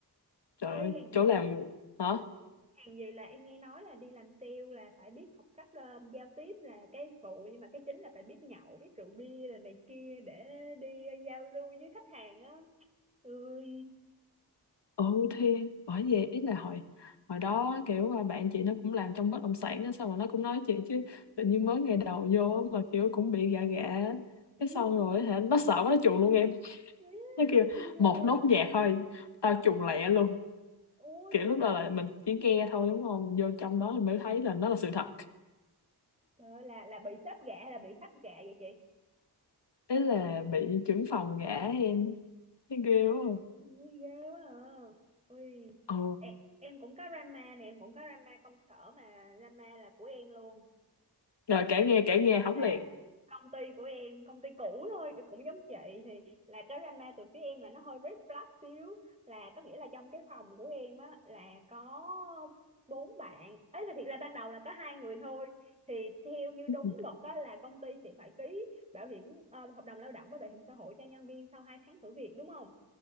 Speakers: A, on the left; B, on the right.
A: trời
B: ôi
A: ơi
B: hèn
A: chỗ làm hả
B: hàng gì là em nghe nói là đi làm sale là phải biết học cách ờ, giao tiếp là cái phụ nhưng mà cái chính là phải biết nhậu biết rượu bia rồi này kia để đi giao lưu với khách hàng á ui
A: ừ thì bởi vậy ý là hồi hồi đó kiểu là bạn chị nó cũng làm trong bất động sản á xong rồi nó cũng nói chị chứ tự nhiên mới ngày đầu vô mà kiểu cũng bị gạ gạ
B: ừ.
A: cái xong rồi hả nó sợ quá nó chuồn luôn em
B: Ừ.
A: nó kêu
B: ghê.
A: một nốt nhạc thôi tao chuồn lẹ luôn
B: ui
A: kiểu lúc đó là mình chỉ nghe thôi đúng không vô trong
B: ừ.
A: đó thì mới thấy là nó là sự thật
B: trời ơi, là là bị sếp gạ hay là bị khách gạ vậy chị
A: ý là bị trưởng phòng gã em thấy ghê quá
B: ui ghê quá à ui
A: ừ
B: em, em cũng có drama nè em cũng có drama công sở mà drama là của em luôn
A: rồi kể nghe kể nghe hóng
B: là
A: liền
B: công ty của em công ty cũ thôi cũng giống chị thì là cái drama từ phía em là nó hơi red flag xíu là có nghĩa là trong cái phòng của em á là có bốn bạn ấy là thiệt là ban đầu là có hai người thôi thì theo như đúng
A: Ừ,
B: luật đó là công ty sẽ phải ký bảo hiểm ờ, hợp đồng lao động với bảo hiểm xã hội cho nhân viên sau hai tháng thử việc đúng không